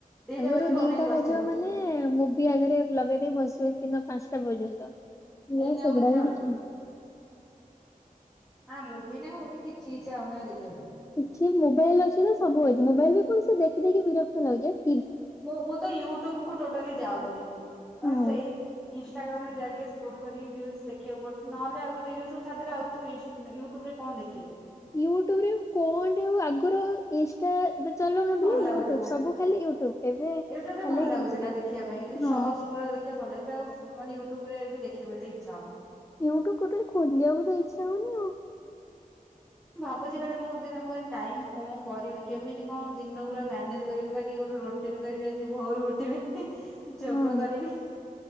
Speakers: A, in the centre; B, on the left.
A: ଦିଟା
B: ଆଗରୁ
A: ବାଜିବ
B: ଦିଟା
A: ଅନେଇକି ବସିଥିବୁ।
B: ବାଜିବ ମାନେ ମୁଁଭି ଆଗରେ ଲଗେଇ ଦେଇ ବସିବେ ଦିନ ପାଞ୍ଚଟା ପର୍ଯ୍ୟନ୍ତ ମୁଁ
A: ଏଇନା
B: ସେଗୁଡାକ
A: ଆଉ ଇଚ୍ଛା ହଉଛି
B: ଦେଖେନି।
A: ଆଁ ମୁଁବି ନା ଫୁବି କିଛି ଇଚ୍ଛା ହୋଉନି ଆଉ ଦେଖିବା ପାଇଁ।
B: କିଛି ମୋବାଇଲ ଅଛି ନା ସବୁ ଅଛି ମୋବାଇଲ ବିଲକୁଲ୍ ଦେଖି ଦେଖି ବିରକ୍ତ ଲାଗୁଚି।
A: ମୁଁ ମୁଁ ତ ୟୁଟ୍ୟୁବ କୁ ଟୋଟାଲି ଯାଉନି ମୁଁ
B: ହଁ।
A: ସେଇ ଇନଷ୍ଟାଗ୍ରାମରେ ଯାହା ଟିକେ ଫୋନ କରିକି ରିଲସ ଦେଖିଆକୁ ପଡୁଛି ନହେଲେ ଆଉ ରିଲକୁ ଛାଡିଦେଲେ ଆଉ ତୁ ଇଷ୍ଟ୍ ମାନେ ୟୁଟ୍ୟୁବ ରେ କଣ ଦେଖିବୁ?
B: ୟୁଟ୍ୟୁବ ରେ କଣ ଟେ ଆଗୁରୁ ଇଷ୍ଟା ଏବେ ଚାଲୁନି
A: ଭଲ
B: ବୋଲି
A: ଲାଗୁଥିଲା।
B: ୟୁଟ୍ୟୁବ ସବୁ ଖାଲି ୟୁଟୁବ ଏବେ
A: ୟୁଟ୍ୟୁବ
B: ଖାଲି
A: ରେ ଭଲ ଲାଗୁଥିଲା
B: ଇନଷ୍ଟା।
A: ଦେଖିବା ପାଇଁ ସରସ୍
B: ହଁ
A: ଗୁଳା ଦେଖିବା ଭଲ ଏବେ ଆଉ ମାନେ ୟୁଟ୍ୟୁବ ରେ ବି ଦେଖିବା ଏତେ ଇଚ୍ଛା ହୋଉନି।
B: ୟୁଟ୍ୟୁବ ଟୋଟାଲି ଖୋଲିବାକୁ ତ ଇଚ୍ଛା ହୋଉନି ଆଉ।
A: ମୁଁ ଭାବୁଚି ମାନେ ମୁଁ ଦିନେ ମୁଁ ଟାଇମ୍ କଣ କରିବି କେମିତି କଣ ଦିନ ଉରା ମ୍ୟାନେଜ କରିବି ମୁଁ କରିବି ଏ ଗୋଟେ ରୋ ଟିମି କହୁଚି ଯାଇଚି ଭୋରୁ ଉଠିବି। ଯୋଗ
B: ହଁ
A: କରିବି